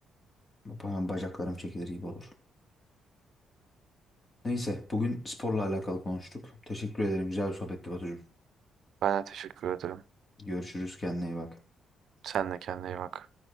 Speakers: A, on the left; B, on the right.
A: Hemen bacaklarım çekilir gibi olur. Neyse bugün sporla alakalı konuştuk. Teşekkür ederim. Güzel bir sohbetti Batucuğum.
B: Ben de teşekkür ederim.
A: Görüşürüz. Kendine iyi bak.
B: Sen de kendine iyi bak.